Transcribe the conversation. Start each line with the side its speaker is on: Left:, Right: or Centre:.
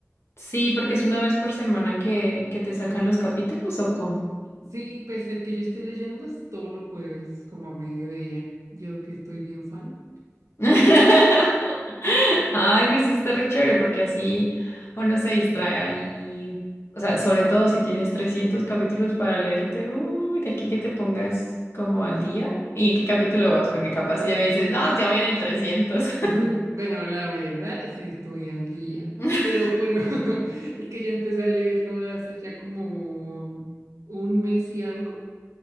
Left: Sí, porque es una vez por semana que, que te sacan los capítulos o cómo.
Right: Sí, pese a que yo estoy leyendo es todos los jueves, como a mediodía. Yo que estoy bien fan.
Left: <laughs> Ay, pues eso está re chévere porque así uno se distrae y, o sea, sobre todo si tienes 300 capítulos para leerte, uy, de aquí que te pongas como al día. ¿Y en qué capítulo vas? Porque capaz si ya me dices, no, ya voy en el trescientos
Right: <laughs> Bueno, la verdad, sí estoy al día.
Left: <laughs>
Right: Pero, pero, <laughs> es que yo empecé a leerlo hace ya como un mes y algo.